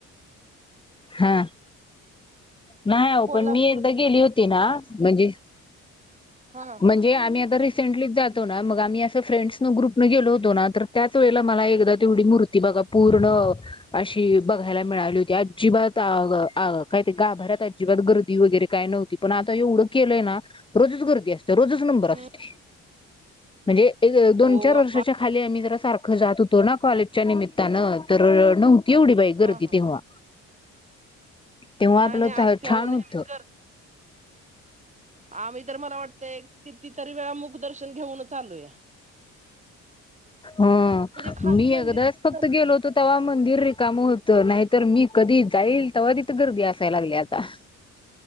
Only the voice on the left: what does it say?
हा. नाही हो
पण मी एकदा गेली
होती ना म्हणजे
म्हणजे आम्ही आता रीक रिसेंटली जातो ना मग आम्ही असं फ्रेंडस न ग्रुप न गेलो होतो ना तर त्याच वेळेला मला एकदा तेवढी मूर्ती बघा पूर्ण अशी बघायला मिळाली होती अजिबात आ ग आ काय ते गाभरात अजिबात गर्दी वगैरे काय नव्हती पण आता ऐवढ केलंय ना. रोज करतीया. रोजच नंबर असते
म्हणजे एक दोन
चार
वर्षाच्या खाली आम्ही जरा सारख जात होतो ना कॉलेजच्या निमित्तानं तर न तेवढी बाई
गर्दी
तेव्हा तेव्हा
आपलं
छान
होत.
ह
मी
एकदाच फक्त
गेलो होतो तेव्हा मंदिर रिकाम होतं नाही. तर मी कधी जाईल तेव्हा तिथ गर्दी असायला लागली आता.